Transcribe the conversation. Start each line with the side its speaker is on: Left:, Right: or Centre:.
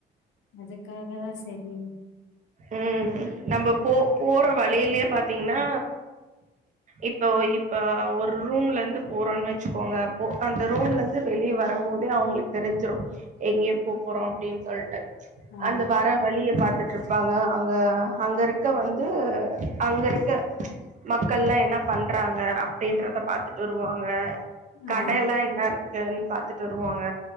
Left: அதுக்காக தான் சரி
Right: உம் நம்ம போ போற வழியிலயே பாத்தீங்கன்னா இப்ப இப்ப ஒரு ரூம்ல இருந்து போறோம்ன்னு வச்சுக்கோங்க அப்போ அந்த ரூம்ல இருந்து வெளியே வரும் போதே அவங்களுக்கு தெரிஞ்சிடும் எங்கேயே போ போறோம் அப்படின்னு சொல்லிட்டு
Left: ஆ
Right: அந்த வர வழிய பாத்துட்டு இருப் பங்க அங்க அங்க இருக்க வந்து அங்க இருக்க மக்கள்லாம் என்ன பண்றாங்க அப்டின்றத பாத்துட்டு வருவா ங்க கடையெல்லாம்
Left: ஆ
Right: என்ன இருக்கு பாத்துட்டு வருவாங்க